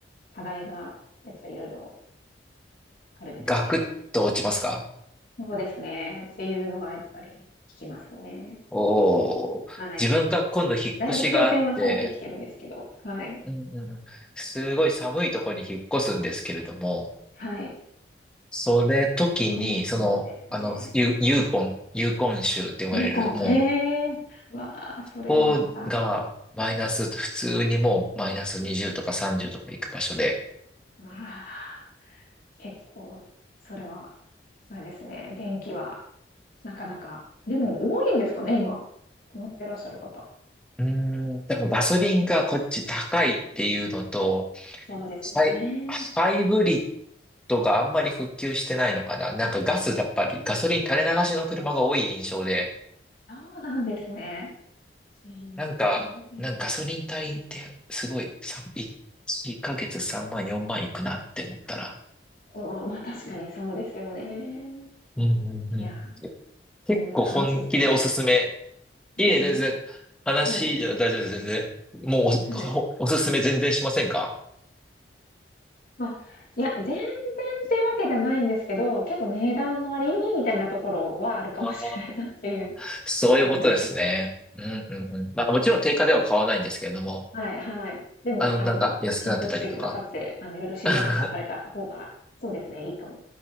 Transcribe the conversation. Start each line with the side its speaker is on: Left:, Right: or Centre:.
Left: 課題がやっぱりいろいろあるみたいで。
Centre: ガクッと落ちますか
Left: そうですね。っていうのはやっぱり聞きますね。
Centre: おー、
Left: はい。
Centre: 自分が今度引っ越しがあって、
Left: だいぶ改善はされてきてるんですけど。はい。
Centre: うんうんうん、すごい寒いところに引っ越すんですけれども、
Left: はい。
Centre: それ時に、
Left: そうなんですね。
Centre: その、あの、ユ、ユーコン、
Left: はい。
Centre: ユーコン州って呼ばれる、
Left: ユーコン。
Centre: もう、
Left: へえ。わあ、それはまた。
Centre: ここがマイナス、普通にもうマイナス20とか30とか行く場所で、
Left: わあ、結構、それは、あれですね。電気は、なかなか。でも多いんですかね、今。持ってらっしゃる方。
Centre: うーん、でもガソリンがこっち高いっていうのと、
Left: もしかすると。うん、そうですよね。
Centre: サイ、ハイブリッドがあんまり復旧してないのかななんかガス、やっぱりガソリン垂れ流しの車が多い印象で、
Left: そうなんですね。うん、
Centre: なんか、
Left: そうです。
Centre: なんかガソリン代ってすごい、さ1ヶ月3万、4万いくなって思ったら。
Left: うん、まあ確かにそうですよね。
Centre: うんうんうん。
Left: いや、
Centre: 結構本気でおすすめ。
Left: こんな話それちゃってしまう。
Centre: いえ、
Left: おすすめ
Centre: 全然、話じゃ大丈夫です、
Left: はい。
Centre: 全然。もう
Left: はい。
Centre: お、おすすめ全然しませんか
Left: まあ、いや、全然っていうわけではないんですけど、結構値段の割引みたいなところはあるかもしれないなっていう
Centre: ああー。そういうことですね。
Left: 感じです。
Centre: うんうんうん。まあもちろん定価では買わないんですけれども、
Left: はい、はい。でも、
Centre: あの、
Left: あの、
Centre: なんか安くなってたりとか。
Left: 検討してくださって、あの、いろいろ試乗とかされた方が、
Centre: <laughs>
Left: そうですね、いいかも。